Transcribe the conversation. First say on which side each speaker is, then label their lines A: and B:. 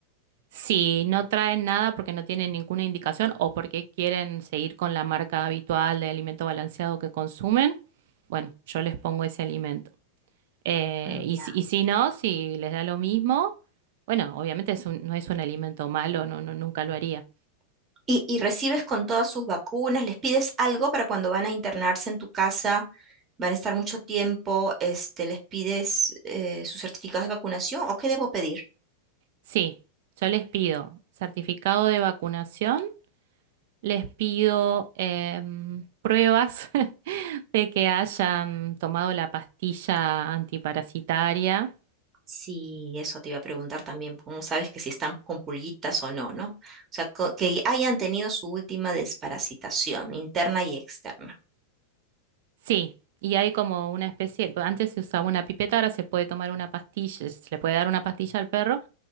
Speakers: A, on the right; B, on the right.
A: Si no traen nada porque no tienen ninguna indicación o porque quieren seguir con la marca habitual de alimento balanceado que consumen, bueno, yo les pongo ese alimento. Eh,
B: Mm,
A: y,
B: Ya.
A: si- y si no, si les da lo mismo, bueno, obviamente es un- no es un alimento malo, no, no, nunca lo haría.
B: y, y recibes con todas sus vacunas, les pides algo para cuando van a internarse en tu casa, van a estar mucho tiempo, este, les pides eh, sus certificados de vacunación o qué debo pedir.
A: Sí, yo les pido certificado de vacunación, les pido em, pruebas <laughs> de que hayan tomado la pastilla antiparasitaria.
B: Sí, eso te iba a preguntar también, cómo sabes que si están con pulguitas o no, ¿no? O sea, co- que hayan tenido su última desparasitación interna y externa.
A: Sí, y hay como una especie, antes se usaba una pipeta, ahora se puede tomar una pastilla, se le puede dar una pastilla al perro,